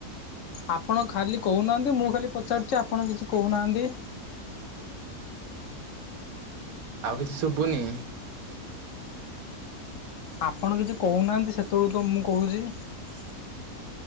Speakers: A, on the left (about 65°); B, on the right (about 70°).
A: ଆପଣ ଖାଲି କହୁନାହାନ୍ତି ମୁଁ ଖାଲି ପଚାରୁଛି ଆପଣ କିଛି କହୁନାହାନ୍ତି।
B: ଆଉ କିଛି ଶୁଭୁନି?
A: ଆପଣ କିଛି କହୁନାହାନ୍ତି ସେତେବେଳୁ ତ ମୁଁ କହୁଛି?
B: ହ